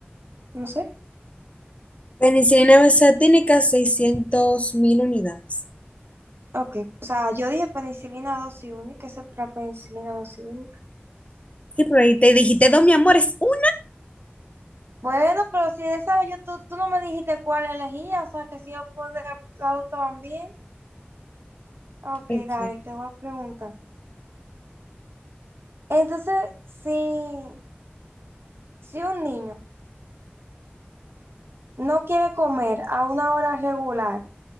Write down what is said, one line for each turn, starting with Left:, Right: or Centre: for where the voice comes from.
Right: No sé.
Left: Penicilina besatínica, seiscientos mil unidades.
Right: Ok. O sea, yo dije penicilina dosis única. Esa es la penicilina dosis única.
Left: Sí, pero ahí te dijiste, dos, mi amor, es una.
Right: Bueno, pero si de esa yo, tú, tú no me dijiste cuál elegía. O sea, que si yo puedo la también. Ok,
Left: Ok,
Right: dale, te voy a preguntar. Entonces, si, si un niño no quiere comer a una hora regular,